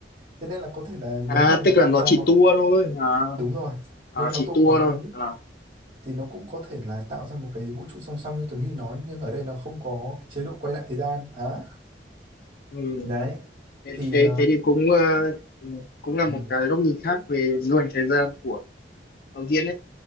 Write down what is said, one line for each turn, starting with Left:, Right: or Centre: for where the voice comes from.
Right: thế nên là có thể là nếu
Left: à
Right: mà nó
Left: tức là
Right: tạo
Left: nó
Right: ra
Left: chỉ
Right: một
Left: tour thôi à,
Right: đúng rồi
Left: à
Right: nếu mà nó
Left: chỉ
Right: tua
Left: tour
Right: quá
Left: thôi
Right: khứ
Left: à
Right: thì nó cũng có thể là tạo ra một cái vũ trụ song song như Tuấn Huy nói nhưng ở đây nó không có chế độ quay lại thời gian á
Left: ừ.
Right: đấy
Left: thế,
Right: thì
Left: thế thế thì cũng ờ, ừ, cũng là
Right: Ừ,
Left: một cái góc nhìn khác về du hành thời gian của đạo diễn ấy